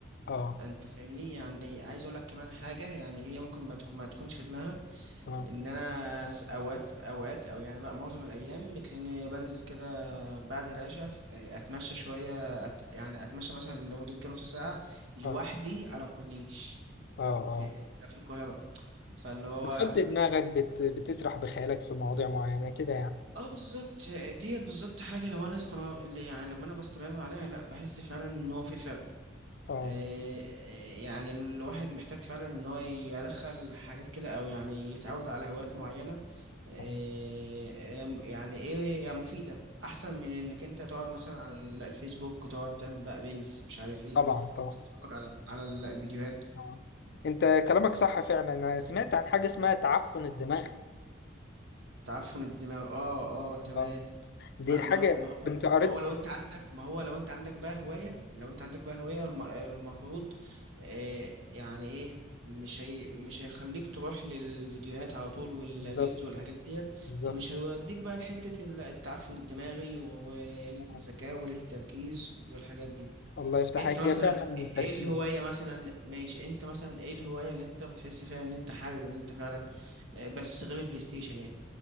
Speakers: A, on the left; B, on the right.
A: اه
B: أنت فاهمني يعني عايز أقول لك كمان حاجة يعني هي ممكن ما تكون ما تكونش في دماغك
A: اه
B: ان انا س- اوقات اوقات او يعني بقى معظم الايام بتلاقيني بنزل كده بعد العشاء آه، اتمشى شويه أت... يعني اتمشى مثلا لمده كام نص ساعه لوحدي
A: اه
B: على الكورنيش
A: اه
B: في
A: اه
B: في القاهره فاللي هو
A: بتفضي دماغك بت... بتسرح بخيالك في مواضيع معينه كده يعني
B: اه بالظبط ديت بالظبط حاجه لو انا استمر يعني لما انا بستمر عليها لا بحس فعلا ان هو في فرق
A: اه
B: آه، آه، يعني الواحد محتاج فعلا ان هو يدخل حاجات كده او يعني يتعود على هوايات معينة إيه،
A: آه.
B: يعني ايه مفيدة احسن من انك انت تقعد مثلا على الفيسبوك تقعد تعمل بقى ريلز مش عارف ايه
A: طبعا طبعا
B: تتفرج على على الفيديوهات
A: آه. انت كلامك صح فعلا انا سمعت عن حاجه اسمها تعفن الدماغ
B: تعفن الدماغ اه اه تمام
A: اه دي
B: ما
A: الحاجه
B: ما هو ما هو
A: كنت قريت
B: ما هو لو انت عندك ما هو لو انت عندك بقى هواية لو انت عندك بقى هواية الم- المفروض آه يعني ايه مش هي مش هيخليك تروح للفيديوهات على طول والريلز
A: بالظبط
B: والحاجات ديت
A: بالظبط
B: فمش هيوديك بقى لحتة ال- التعفن الدماغي وقلة
A: آه.
B: الذكاء وقلة التركيز والحاجات دي
A: الله يفتح
B: انت
A: عليك
B: مثلا
A: هي فعلا التركيز
B: ايه الهواية مثلا ماشي انت مثلا ايه الهواية اللي انت بتحس فيها ان انت حابب ان انت فعلا آه، بس غير البلاي ستيشن يعني